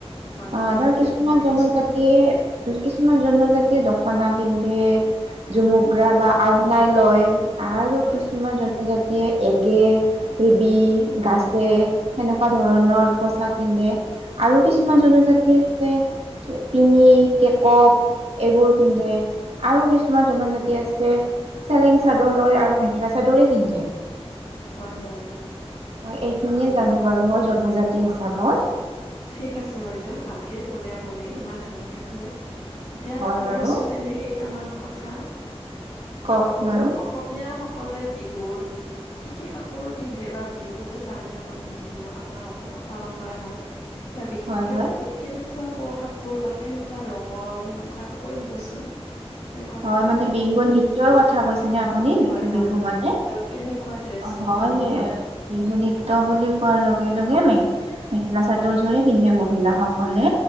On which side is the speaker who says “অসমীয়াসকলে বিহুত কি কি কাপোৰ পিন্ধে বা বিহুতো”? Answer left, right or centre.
Left